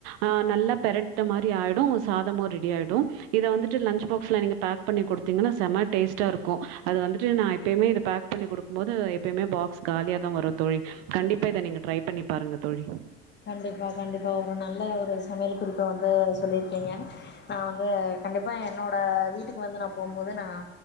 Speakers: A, on the right (about 65°); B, on the left (about 35°).
A: ஆ நல்லா பெரட்ட மாரி ஆய்டும் அவுங்க சாதமும் ரெடி ஆய்டும் இத வந்துட்டு லஞ்ச் பாக்ஸ்ல நீங்க பேக் பண்ணி குடுத்தீங்கன்னா செம டேஸ்ட்டா இருக்கும் அது வந்துட்டு நான் எப்பயுமே இது பேக் பண்ணி கொடுக்கும் போது எப்பயுமே பாக்ஸ் காலியா தான் வரும் தோழி கண்டிப்பா இத நீங்க ட்ரை பண்ணி பாருங்க தோழி
B: கண்டிப்பா கண்டிப்பா ஒரு நல்ல ஒரு சமையல் குறிப்ப வந்து சொல்லியிருக்கீங்க நான் வந்து கண்டிப்பா என்னோடய வீட்டுக்கு வந்து நான் போகும்போது நான்